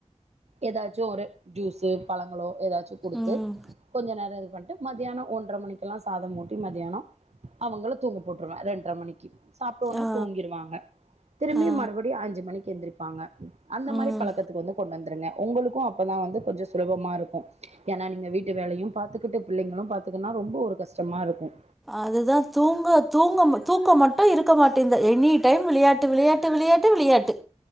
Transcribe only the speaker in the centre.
ம்
ஆ
ஆ
ம்
அதுதா தூங்க தூங்க தூக்க மட்டு இருக்க மாட்டேங்து எனி டைம் விளையாட்டு விளையாட் ட்டு விளையாட்டு விளையாட்டு